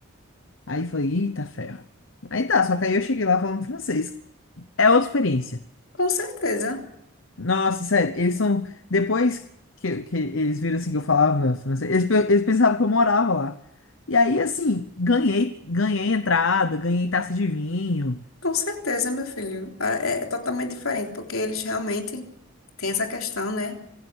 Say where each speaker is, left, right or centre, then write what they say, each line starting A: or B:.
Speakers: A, on the left (about 70°); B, on the left (about 80°).
A: Aí eu falei, eita ferro. Aí tá, só que aí eu cheguei lá falando francês. É outra experiência.
B: com certeza.
A: Nossa, sério, eles são. Depois que, que eles viram assim que eu falava francês, eles, pe- eles pensavam que eu morava lá. E aí, assim, ganhei, ganhei entrada, ganhei taça de vinho.
B: Com certeza, meu filho. Ah, É é totalmente diferente, porque eles realmente têm essa questão, né,